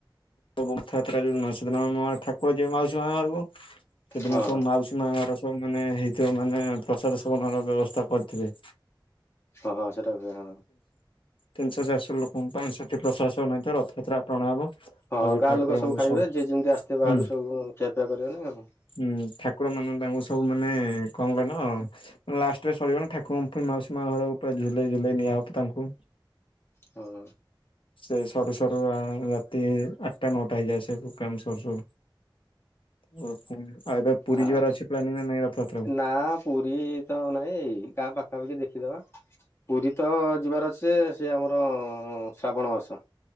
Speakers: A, on the left; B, on the left.
A: ରଥଯାତ୍ରା ଯୋଉଦିନ ସେଦିନ ମ ଠାକୁର ଯିବେ ମାଉସୀ ମା ଘରକୁ ସେଦିନ
B: ହଁ
A: ସବୁ ମାଉସୀ ମା ଘର ସବୁ ମାନେ ହେଇଥିବ ମାନେ ପ୍ରସାଦ ସେବନ ର ବ୍ୟବସ୍ଥା କରିଥିବେ।
B: ହଁ ସେଟା ହୁଏ ହଁ।
A: ତିନିଶହ ଚାରିଶହ ଲୋକଙ୍କ ପାଇଁ ସେଠି ପ୍ରଶାସନ ରଥଯାତ୍ରା ଟଣା ହବ।
B: ହଁ
A: ତାପରେ
B: ଗାଁ
A: ଠାକୁରଙ୍କୁ
B: ଲୋକ ସବୁ ଖାଇବେ ଯିଏ ଯେମିତି ଆସିଥିବ ବାହାରୁ
A: ହୁଁ
B: ସବୁ ଖିଆପିଆ କରିବେନି ଆଉ।
A: ହୁଁ ଠାକୁର ମାନ ତାଙ୍କୁ ସବୁ ମାନେ କଅଁ କହିଲ ଲାଷ୍ଟରେ ସରିବନି ଠାକୁର ଙ୍କୁ ମାଉସୀ ମା ଘରକୁ ପୁରା ଝୁଲେଇ ଝୁଲେଇ ନିଆଯିବ ତାଙ୍କୁ।
B: ହଁ।
A: ସେ ସରୁ ସରୁ ଆ ଇଏ ଆଠଟା ନଅଟା ହେଇଯାଏ ସେ କାମ ସରୁ ସରୁ। ଉ ପୁଣି ଆ ଏବେ ପୁରୀ
B: ଆଉ
A: ଯିବାର ଅଛି ପ୍ଲାନିଂ ନା ନାଇଁ ରଥଯାତ୍ରାକୁ?
B: ନା ପୁରୀ ତ ନାଇଁ ଏଇ ଗାଁ ପାଖାପାଖି ଦେଖିଦବା। ପୁରୀ ତ ଯିବାର ଅଛି ଯେ ସେ ଆମର ଶ୍ରାବଣ ମାସ।